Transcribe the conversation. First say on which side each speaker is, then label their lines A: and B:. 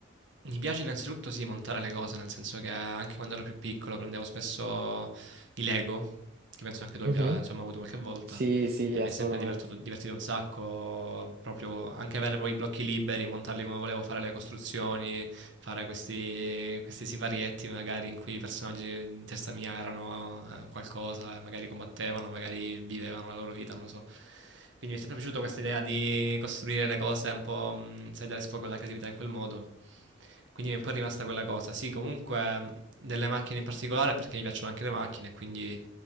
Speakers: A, on the right; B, on the right.
A: mi piace innanzitutto sì montare le cose, nel senso che anche quando ero più piccolo prendevo spesso i Lego, che penso anche tu abbia
B: Mhm.
A: insomma avuto qualche volta,
B: Sì, sì,
A: e mi
B: assolutamente.
A: è sempre divertito, divertito un sacco, proprio anche avere poi i blocchi liberi, montarli come volevo, fare le costruzioni, fare questi, questi siparietti magari in cui i personaggi in testa mia erano eh, qualcosa, e magari combattevano, magari vivevano la loro vita, non lo so. Quindi mi è sempre piaciuta questa idea di costruire le cose un po', mh, sai, dare sfogo alla creatività in quel modo. Quindi mi è un po' rimasta quella cosa. Sì, comunque delle macchine in particolare perché mi piacciono anche le macchine, quindi